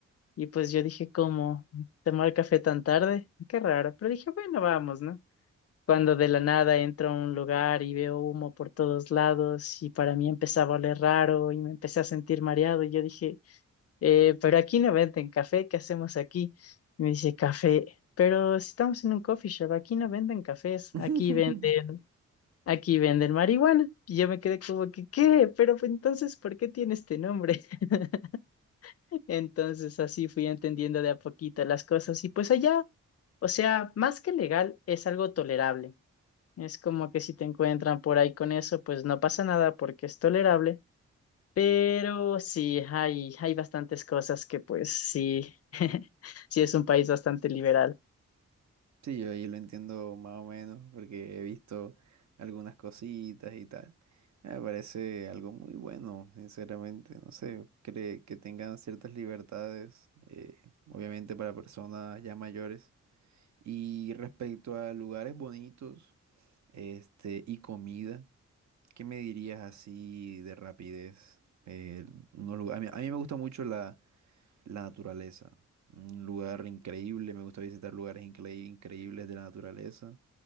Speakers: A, on the left; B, on the right.
A: Y pues yo dije, ¿cómo tomar café tan tarde? Qué raro. Pero dije, bueno, vamos, ¿no? Cuando de la nada entro a un lugar y veo humo por todos lados y para mí empezaba a oler raro y me empecé a sentir mareado y yo dije, "Eh, pero aquí no venden café, ¿qué hacemos aquí? Y me dice, café. Pero si estamos en un coffee shop, aquí no venden cafés,
B: <laughs>
A: aquí venden Aquí venden marihuana. Y yo me quedé como que, ¿qué? Pero pues, entonces, ¿por qué tiene este nombre? <laughs> Entonces, así fui entendiendo de a poquito las cosas. Y pues allá, o sea, más que legal, es algo tolerable. Es como que si te encuentran por ahí con eso, pues no pasa nada porque es tolerable. Pero sí, hay, hay bastantes cosas que pues sí, <laughs> sí es un país bastante liberal.
B: Sí, yo ahí lo entiendo más o menos porque he visto algunas cositas y tal. Me parece algo muy bueno, sinceramente. No sé, cre- que tengan ciertas libertades, eh, obviamente para personas ya mayores. Y respecto a lugares bonitos, este, y comida, ¿qué me dirías así de rapidez? Eh, unos lugar- a mí, a mí me gusta mucho la naturaleza. Un lugar increíble. Me gusta visitar lugares incre- increíbles de la naturaleza.